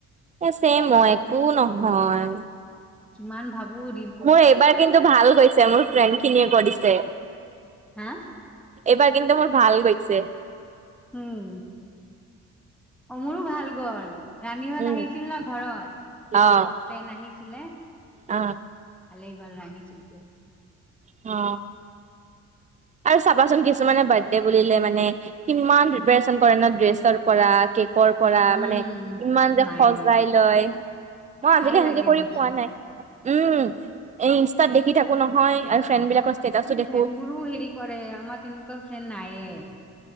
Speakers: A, on the right; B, in the centre.
A: এই ছেম অ একো নহয়।
B: কিমান ভাবো দিল
A: মোৰ এইবাৰ কিন্তু ভাল হৈছে মোৰ ফ্ৰেণ্ড খিনিয়ে কৰিছে।
B: হা
A: এইবাৰ কিন্তু মোৰ ভাল গৈছে।
B: উম। অ মোৰো ভাল গ'ল। ৰানিঙত
A: উম।
B: আহিছিল ন ঘৰত,
A: অ',
B: ফ্ৰেন আহিছিলে।
A: অ।
B: ভালেই গ'ল ৰানিং চলকি আহিছোঁ।
A: অ। আৰু চাবাচোন কিছুমানে বাৰ্থডে বুলিলে মানে, কিমান প্ৰিপাৰেচন কৰে ন ড্ৰেছৰ পৰা। কেকৰ পৰা
B: উম
A: মানে, ইমান যে
B: নাই
A: সজাই
B: মোৰ
A: লয়। মই আজিলৈ
B: ভাল
A: সেনেকে
B: লাগে
A: কৰি
B: দেখি
A: পোৱা নাই। উম, এই ইনষ্টাত দেখি থাকো নহয় আৰু ফ্ৰেণ্ড বিলাকৰ- ষ্টেটাচো দেখো।
B: ফ্ৰেণ্ড বোৰো হেৰি কৰে, আমাৰ তেনেকুৱা ফ্ৰেণ্ড নাইয়ে।